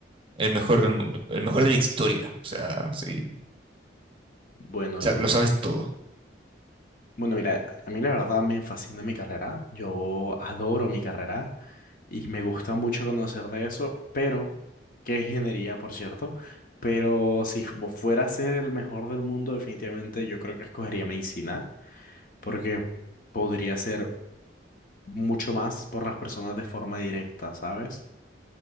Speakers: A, on the right; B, on the left.
A: El mejor del mundo, el mejor de la historia, o sea, sí,
B: Bueno,
A: o
B: yo.
A: sea, lo sabes todo,
B: Bueno, mira, a mí la verdad me fascina mi carrera. Yo adoro mi carrera y me gusta mucho conocer de eso, pero, que es ingeniería, por cierto. Pero si fu- fuera a ser el mejor del mundo, definitivamente yo creo que escogería medicina, porque podría ser mucho más por las personas de forma directa, ¿sabes?